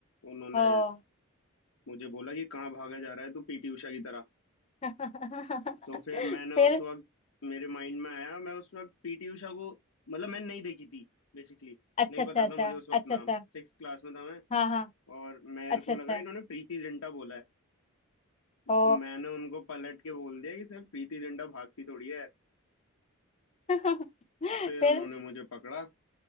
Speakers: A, on the left (about 85°); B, on the left (about 30°).
A: उन्होंने
B: हाँ
A: मुझे बोला कि कहाँ भागा जा रहा है तू पीटी उषा की तरह
B: <laughs>
A: तो फिर मैंने
B: फिर
A: उस वक्त मेरे माइंड में आया मैं उस वक्त पीटी उषा को मतलब मैंने नहीं देखी थी बेसिकली
B: अच्छा
A: नहीं
B: अच्छा
A: पता
B: अच्छा
A: था मुझे उस वक्त
B: अच्छा
A: नाम
B: अच्छा
A: सिक्स क्लास में था मैं
B: हाँ हाँ
A: और मेरे
B: अच्छा
A: को
B: अच्छा
A: लगा इन्होंने प्रीति जिंटा बोला है
B: ओ
A: तो मैंने उनको पलट के बोल दिया कि सर प्रीति जिंटा भागती थोड़ी है
B: <laughs>
A: फिर
B: फिर
A: उन्होंने मुझे पकड़ा